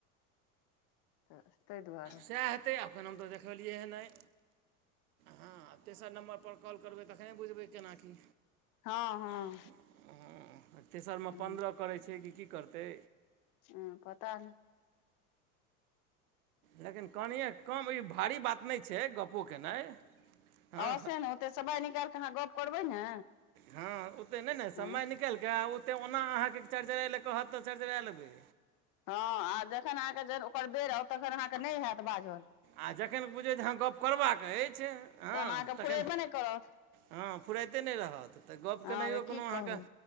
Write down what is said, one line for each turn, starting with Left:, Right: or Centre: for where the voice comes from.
Left: तऽ ताहि दुआरे
Right: सेए हेतै अखन हम तऽ देखेलियै नयि। हँ तेसर नम्बर पर कॉल करबै तखने बुझबै केना की।
Left: हँ हँ
Right: ह-ह ह तेसरमे
Left: हूँ
Right: पन्द्रह करै छै, की करतै।
Left: हम्म पता नइ
Right: लेकिन कनिये कम ई भारी बात नइ छै गप्पो केनाइ। हँ
Left: अ से न ओ तेसवा निकाइल कऽ अहाँ गप करबै ने?
Right: हँ ओते नइ न समय
Left: हँ
Right: निकेल कऽ आ ओते ओना अहाँके चर - चरे लै कहत तऽ चर- चरा लेबै।
Left: हँ आ जखन अहाँके जेन ओकर बेर आउ तखन अहाँके नइ हेत बाजल
Right: आ जखन बुझै जे अँ गप्प करबाक अइछ, हँ
Left: तहन अहाँके
Right: तखन
Left: फुरेबे नहि करत
Right: हँ फुराइते नइ रहत। त गप
Left: हँ
Right: केनाइयो
Left: की
Right: कोनो अहाँके
Left: कहबै